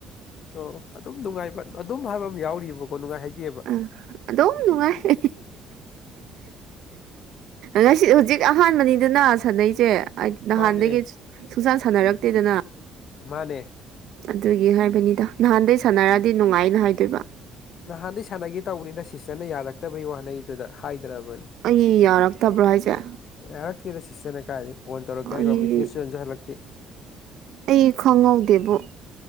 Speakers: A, on the left; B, on the right.
A: ꯑꯣ ꯑꯗꯨꯝ ꯅꯨꯡꯉꯥꯏꯕ ꯑꯗꯨꯝ ꯍꯥꯏꯕ ꯑꯃ ꯌꯥꯎꯔꯤꯕꯔꯤꯕꯀꯣ ꯅꯨꯡꯉꯥꯏ ꯍꯥꯏꯗꯦꯕ
B: ꯑ ꯑꯗꯣ ꯅꯨꯡꯉꯥꯏ ꯉꯁꯤ ꯍꯧꯖꯤꯛ ꯑꯍꯥꯟꯕꯅꯤꯗꯅ ꯁꯥꯟꯅꯩꯁꯦ ꯅꯍꯥꯟꯗꯒꯤ
A: ꯃꯥꯅꯦ
B: ꯁꯨꯡꯆꯥꯟ ꯁꯥꯟꯅꯔꯛꯇꯦꯗꯅ
A: ꯃꯥꯅꯦ
B: ꯑꯗꯨꯒꯤ ꯍꯥꯏꯕꯅꯤꯗ ꯅꯍꯥꯟꯗꯩ ꯁꯥꯟꯅꯔꯗꯤ ꯅꯨꯡꯉꯥꯏꯅ ꯍꯥꯏꯗꯣꯏꯕ
A: ꯅꯍꯥꯟ ꯁꯥꯟꯒꯤ ꯇꯧꯔꯤꯅꯤ ꯅꯁꯦ ꯁꯤꯇꯔꯅ ꯌꯥꯔꯛꯇꯕꯩ ꯋꯥꯅꯦꯩꯗꯨꯗ ꯍꯥꯏꯗ꯭ꯔꯕꯅꯤ
B: ꯁꯤ ꯌꯥꯔꯛꯇꯕ꯭ꯔꯣ ꯍꯥꯏꯁꯦ
A: ꯌꯥꯔꯛꯇꯦꯔꯦ ꯁꯤꯁꯇꯅ ꯀꯥꯏꯗꯤ ꯐꯣꯟ ꯇꯧꯔꯛꯦꯔꯣ
B: ꯑꯩ
A: ꯃꯦꯁꯦꯁꯁꯨ ꯌꯟꯖ ꯍꯜꯂꯛꯇꯦ
B: ꯑꯩ ꯈꯪꯍꯧꯗꯦꯕ